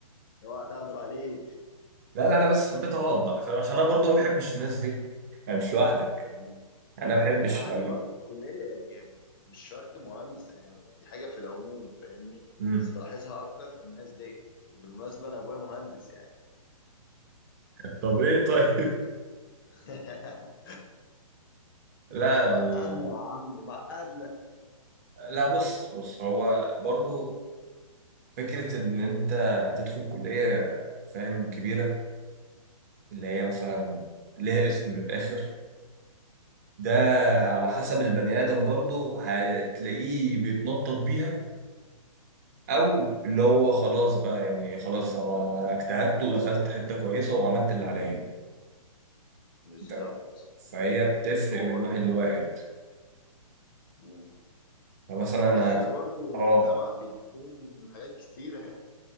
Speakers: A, on the left; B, on the right.
A: اوعى تاخده عليك
B: لا لا انا بس حبيت اوضح فاهم عشان انا برضو ما بحبش الناس دي يعني مش لوحدك
A: مم.
B: انا ما بحبش
A: انا عندي
B: لما
A: برضه في الكليه يعني مش شرط مهندس يعني دي حاجه في العموم فاهمني
B: مم.
A: بس بلاحظها اكتر في الناس دي بالمناسبه انا ابويا مهندس يعني
B: <laughs> طب ايه طيب
A: <laughs>
B: <laughs> لا
A: وعقدنا
B: يعني
A: يا عم وعقدنا
B: لا بص بص هو برضو فكرة إن أنت تدخل كلية فاهم كبيرة اللي هي مثلا ليها اسم من الآخر ده
A: ده
B: على حسب
A: جامعه
B: البني
A: ايه
B: آدم برضو هتلاقيه بيتنطط بيها أو اللي هو خلاص بقى يعني خلاص أنا اجتهدت ودخلت حتة كويسة وعملت اللي عليا
A: بالظبط
B: أنت فهي
A: يعني
B: بتفرق
A: متواضع
B: من واحد لواحد
A: كده مم.
B: فمثلا أنا-
A: والأهل برضو والمجتمع
B: اه
A: بيديهم حاجات كتيرة يعني